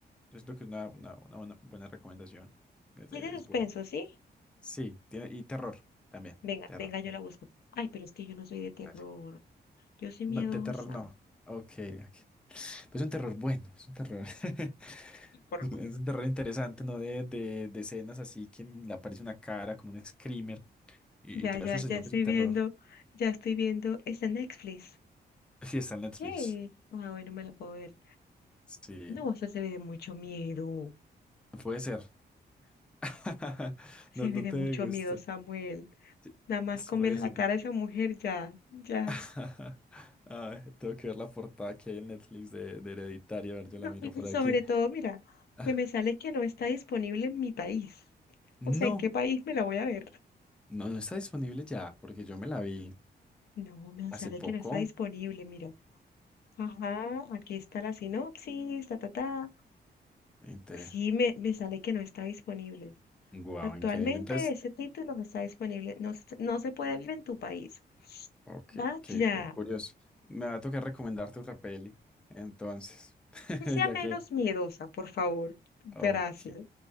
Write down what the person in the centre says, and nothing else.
siento que es una, una, una buena, buena recomendación. Es,
es-
es buena.
Sí, tiene, y terror también.
Terror.
Dale.
No,
de terror no. Ok, ok. Pero es un terror bueno, es un terror. <laughs>
Es un terror interesante, ¿no? De, de, de escenas así que le aparece una cara como un screamer y,
y te
asusta,
sino
que es un terror.
<laughs>
Sí, está en Netflix.
Sí,
puede ser. <laughs>
No, no
te
gusta.
Sí,
puede
ser.
<laughs> Ay, tengo que ver la portada que hay en Netflix de, de Hereditario. A ver, yo
la miro
por
aquí.
Ah,
no,
no, no está disponible ya, porque yo me la vi
hace
poco.
Interés.
Guau,
increíble. Entonces,
ok,
qué, qué curioso. Me va a tocar recomendarte otra peli. Entonces, <laughs>
ya que.
Ok,